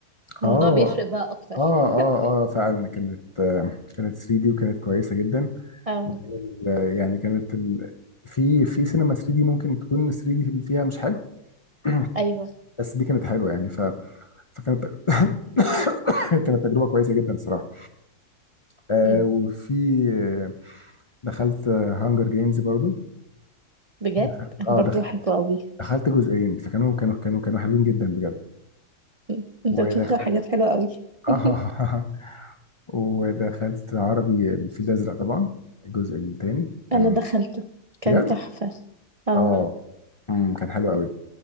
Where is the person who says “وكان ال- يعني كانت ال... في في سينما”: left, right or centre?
Left